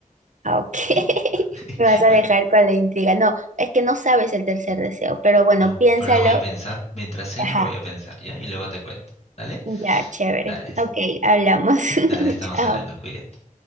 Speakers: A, on the right (about 65°); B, on the left (about 50°).
A: ah, Ok, <laughs>
B: ¿Sí? <laughs>
A: me vas a
B: Voy
A: dejar con la intriga. No, es que no sabes el tercer deseo, pero bueno,
B: No,
A: piénsalo.
B: pero lo voy a pensar. Mientras
A: Ajá,
B: no lo voy a pensar, ¿ya? Y luego te cuento. ¿Dale?
A: ya, chévere.
B: Dale,
A: Ok, hablamos. <laughs>
B: dale, estamos
A: Chao.
B: hablando, cuídate.